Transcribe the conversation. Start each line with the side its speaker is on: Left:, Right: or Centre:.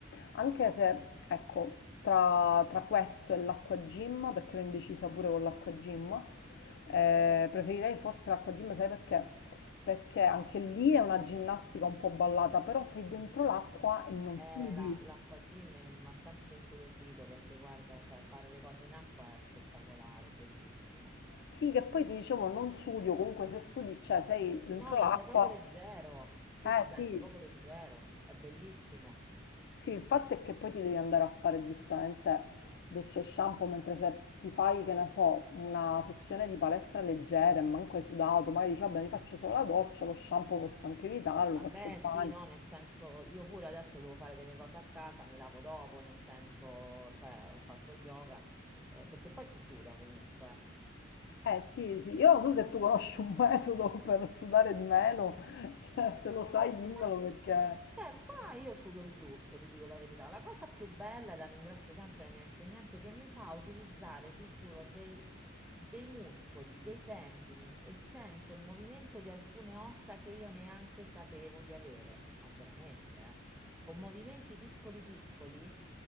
Left: anche se, ecco, tra, tra questo e l'acqua gym, perché ero indecisa pure con l'acqua gym, eh, preferirei forse l'acqua gym, sai perché? Perché anche lì è una ginnastica un po' ballata, però sei dentro l'acqua e non sudi.
Centre: Eh, la- l'acqua gym mi ha sempre incuriosito perché guarda, cioè, fare le cose in acqua è spettacolare, è bellissimo.
Left: Sì, che poi ti dicevo non sudi, o comunque se sudi, cioè sei dentro
Centre: No, ma
Left: l'acqua.
Centre: sei proprio leggero, tu
Left: Eh
Centre: ti
Left: sì,
Centre: senti proprio leggero, è bellissimo.
Left: sì, il fatto è che poi ti devi andare a fare giustamente docce e shampoo mentre se ti fai, che ne so, una sessione di palestra leggera e manco hai sudato, magari dici, vabbè, mi faccio solo la doccia, lo shampoo posso anche evitare, lo
Centre: Vabbè,
Left: faccio domani.
Centre: sì, no, nel senso, io pure adesso devo fare delle cose a casa, mi lavo dopo, nel senso, cioè, ho fatto yoga, eh, perché poi si suda comunque.
Left: Eh sì, sì, io non so se tu conosci un <laughs> metodo per sudare di meno, cioè, se lo sai dimmelo
Centre: Ma
Left: perché...
Centre: Cioè, qua io sudo il giusto, ti dico la verità. La cosa più bella, e la ringrazio sempre la mia insegnante, che mi fa utilizzare, ti giuro, dei, dei muscoli, dei tendini e sento il movimento di alcune ossa che io neanche sapevo di avere. Ma veramente, eh? Con movimenti piccoli piccoli